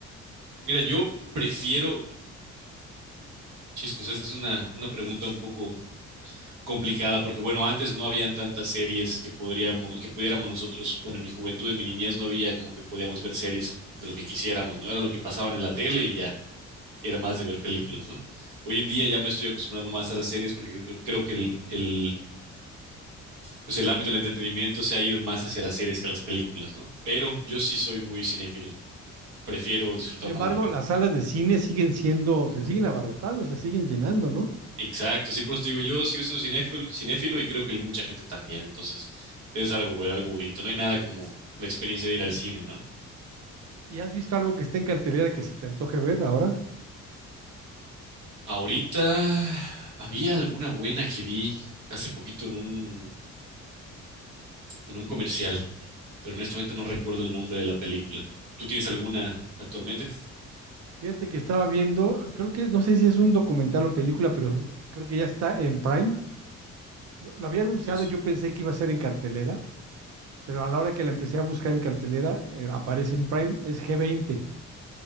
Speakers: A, on the right; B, on the right.
A: Pues mira, yo prefiero, chispas, esa es una, una pregunta un poco complicada, porque bueno, antes no habían tantas series que podríamos, que pudiéramos nosotros, bueno, en mi juventud, en mi niñez no había como que podíamos ver series de lo que quisiéramos, no era lo que pasaban en la tele y ya, era más de ver películas,
B: Ujú.
A: ¿no? Hoy en día ya me estoy acostumbrando más a las series porque creo creo que el, el, pues el ámbito del entretenimiento se ha ido más hacia las series que a las películas, ¿no? Pero yo sí soy muy cinéfilo, prefiero disfrutar
B: Sin embargo,
A: una buena película.
B: las salas de cine siguen siendo, se siguen abarrotando, se siguen llenando, ¿no?
A: Exacto, sí, por eso te digo, yo sí soy un cinéfilo, cinéfilo y creo que mucha gente también, entonces es algo bueno, algo bonito, no hay nada como la experiencia de ir al cine, ¿no?
B: ¿Y has visto algo que está en cartelera que se te antoje ver ahora?
A: Ahorita había alguna buena que vi hace poquito en un, en un comercial, pero honestamente no recuerdo el nombre de la película. ¿Tú tienes alguna actualmente?
B: Fíjate que estaba viendo, creo que, no sé si es un documental o película, pero creo que ya está en Prime. No, Lo había anunciado,
A: Hace
B: yo pensé que iba a ser en cartelera, pero a la hora que la empecé a buscar en cartelera, eh, aparece en Prime, es g veinte.